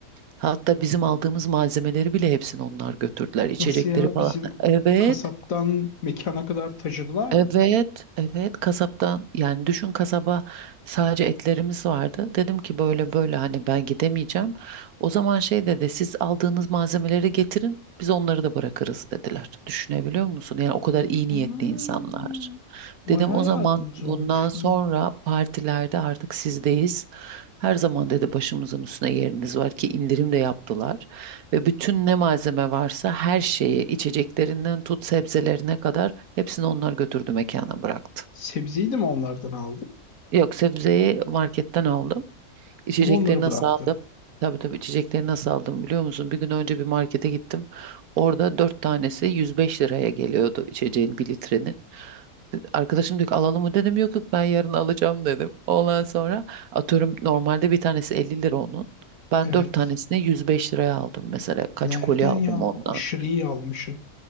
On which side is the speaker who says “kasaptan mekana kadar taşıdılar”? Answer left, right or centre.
Left